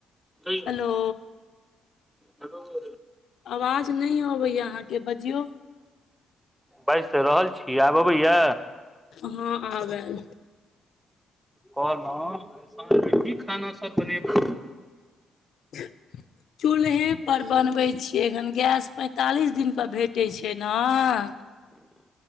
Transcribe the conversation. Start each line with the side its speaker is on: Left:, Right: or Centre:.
Centre: कहियौ।
Left: Hello
Centre: hello.
Left: आवाज नहि अबैय अहाँके बजियौ।
Centre: बाजि तऽ रहल छी आब अबैया।
Left: हँ आब ऐल।
Centre: कहलु सांझ मऽ की खाना सब बनेबय।
Left: <unintelligible> चूल्हे पर बनबै छियै एखन गैस पैंतालिस दिन पर भेटै छै नऽ